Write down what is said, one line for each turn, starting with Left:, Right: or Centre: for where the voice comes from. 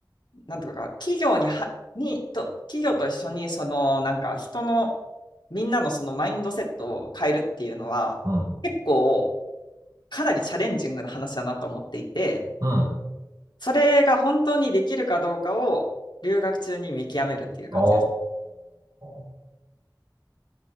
Left: なんとか、企業には、に、と、企業と一緒に、その、なんか、人の、みんなのそのマインドセットを変えるっていうのは、
Right: うん。
Left: 結構、かなりチャレンジングな話だなと思っていて、
Right: うん。
Left: それが本当にできるかどうかを留学中に見極めるっていう感じです。
Right: おー。